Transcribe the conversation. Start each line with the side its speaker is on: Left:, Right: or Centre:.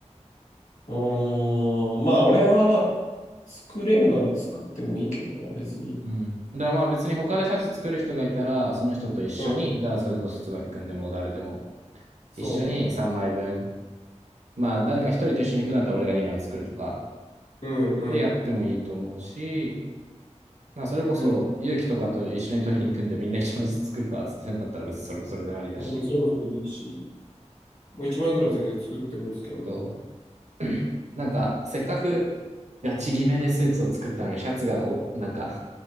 Left: うーん。まあ、俺は作れるなら作ってもいいけどな、別に。
Right: うん。だからまあ別に他でシャツ作る人がいたら、その人と一緒に、
Left: うん。
Right: だからそれこそ椿くんでも誰でも、
Left: そうね。
Right: 一緒に3枚分、まあ誰か一人と一緒に行くんだったら俺が2枚作るとか、
Left: うんうん。
Right: でやってもいいと思うし、まあ、それこそ、
Left: うん。
Right: 勇気とかと一緒に取りに行くんで、みんな一枚ずつ作るかっつってなったら別にそれもそれでありだし、
Left: 全然、それもそれでいいし。もう1万円ぐらいは全然作ってもいいですけどね。
Right: そう <clears throat> <coughs> なんか、せっかくガチ決めでスーツを作ったのに、シャツがお、なんか、